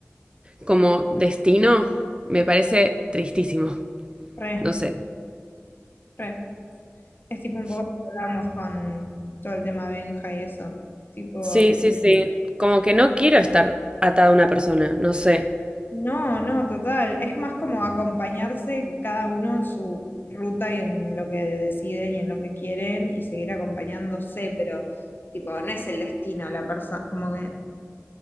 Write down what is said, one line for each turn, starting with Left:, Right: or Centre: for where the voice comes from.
Right: como destino me parece tristísimo,
Left: Re,
Right: no sé.
Left: re. Es tipo un poco lo que hablábamos con todo el tema Benja y eso. Tipo,
Right: Sí, sí, sí. Como que no quiero estar atada a una persona, no sé.
Left: no, no, total. Es más como acompañarse cada uno en su ruta y en lo que deciden y en lo que quieren y seguir acompañándose, pero tipo, no es el destino la persona, como que,